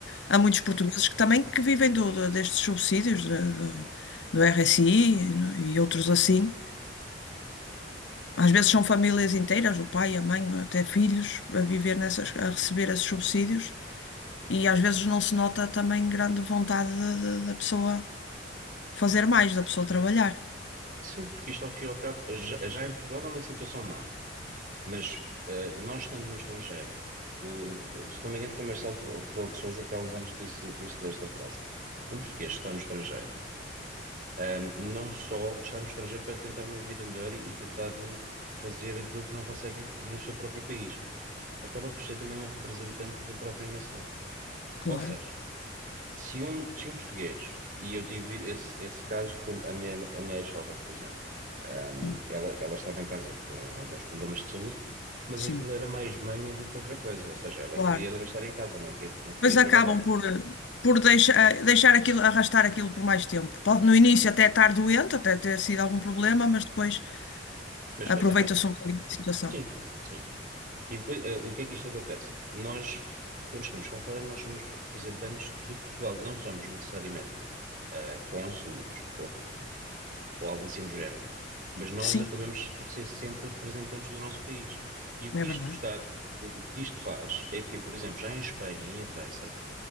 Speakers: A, on the left; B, on the right.
A: a muitos portugueses que também que vivem do, do- destes subsídios de- do, do RSI e, no- e outros assim. Às vezes são famílias inteiras, o pai, a mãe, até filhos, a viver nessas, a receber esses subsídios e às vezes não se nota também grande vontade de- de- da pessoa fazer mais, da pessoa trabalhar.
B: Sim, porque isto ao fim e ao cabo, já, já em Portugal é uma situação má, mas eh, nós estando no estrangeiro, o- se não me engano foi Marcelo Rebelo de Sousa que há uns anos disse, disse esta frase. Um português que está no estrangeiro, ehm, não só está no estrangeiro para tentar uma vida melhor e, e tentar fazer aquilo que não consegue no seu próprio país, acaba por ser também um representante da própria nação.
A: Claro,
B: Ou seja, se um, se um português, e eu tive esse, esse caso com a minha, a minha ex-sogra, por exemplo, Ahm,
A: Hum,
B: ela, ela estava em casa com alguns problemas de saúde, mas
A: sim,
B: aquilo era mais manha do que outra coisa, ou seja, ela
A: claro.
B: queria era estar em casa, não, que- não queria
A: Mas acabam
B: trabalhar.
A: por, por deixar, deixar aquilo, arrastar aquilo por mais tempo. Pode no início até estar doente, até ter sido algum problema, mas depois
B: Mas
A: aproveita-se
B: depois arrasta.
A: um bocadinho da situação.
B: Sim, sim. E depois, eh, o que é que isto acontece? Nós, quando estamos cá fora, nós somos representantes de Portugal, não somos necessariamente eh, cônsulos ou algo assim do género, mas nós
A: Sim,
B: acabamos por ser sempre representantes do nosso país. E o que
A: é
B: isto
A: verdade.
B: está, o que isto faz é que, por exemplo, já em Espanha e em França,